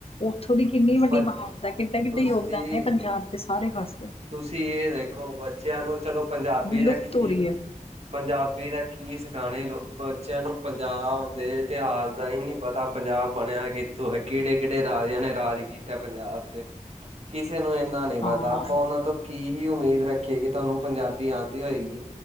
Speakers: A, on the left; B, on the right.
A: ਉੱਥੋਂ ਦੀ ਕਿੰਨੀ ਵੱਡੀ
B: ਬ
A: ਮਹਾਨਤਾ ਕਿੱਡੇ-ਕਿੱਡੇ
B: ਤੁਸੀਂ
A: ਯੋਗਦਾਨ ਨੇ ਪੰਜਾਬ ਦੇ ਸਾਰੇ ਪਾਸੇ।
B: ਤੁਸੀਂ ਇਹ ਦੇਖੋ ਬੱਚਿਆਂ ਨੂੰ ਚਲੋ ਪੰਜਾਬੀ
A: ਵਿਲੁਪਤ
B: ਦਾ ਕੀ
A: ਹੋ ਰਹੀ ਹੈ
B: ਪੰਜਾਬੀ ਦਾ ਕੀ ਸਿਖਾਉਣੇ ਲੋ ਬੱਚਿਆਂ ਨੂੰ ਪੰਜਾਬ ਦੇ ਇਤਿਹਾਸ ਦਾ ਹੀ ਨੀ ਪਤਾ ਪੰਜਾਬ ਬਣਿਆ ਕਿੱਥੋਂ ਏਹ ਕਿਹੜੇ-ਕਿਹੜੇ ਰਾਜਿਆਂ ਨੇ ਰਾਜ ਕੀਤਾ ਪੰਜਾਬ ਤੇ। ਕਿਸੇ ਨੂੰ ਇੰਨਾ ਨੀ
A: ਹਾਂ
B: ਪਤਾ। ਆਪਾਂ ਉਹਨਾਂ ਤੋਂ ਕੀ ਹੀ ਉਮੀਦ ਰੱਖੀਏ ਕੇ ਤੁਹਾਨੂੰ ਪੰਜਾਬੀ ਆਂਦੀ ਹੋਏਗੀ।